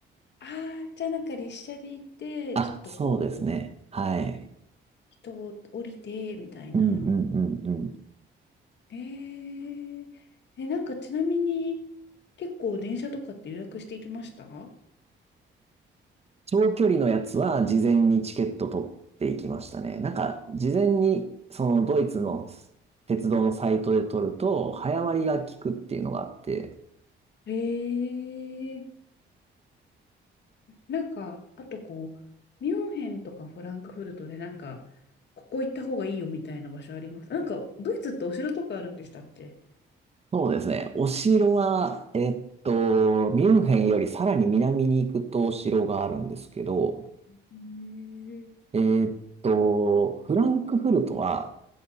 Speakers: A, on the left (about 60°); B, on the right (about 30°).
A: ああ、じゃあなんか列車で行って、
B: あ、
A: ちょっとこう、
B: そうですね。はい。
A: 人を降りて、みたいな。
B: うんうんうんうん。
A: えー、え、なんかちなみに、結構電車とかって予約していきました
B: 長距離のやつは事前にチケット取っていきましたね。なんか、事前にそのドイツの鉄道のサイトで取ると、早割が効くっていうのがあって、
A: えー、なんか、あとこう、ミュンヘンとかフランクフルトでなんか、ここ行った方がいいよみたいな場所あります。なんか、ドイツってお城とかあるんでしたっけ
B: そうですね。お城は、えっと、ミュンヘンよりさらに南に行くとお城があるんですけど、
A: へー
B: えっと、フランクフルトは、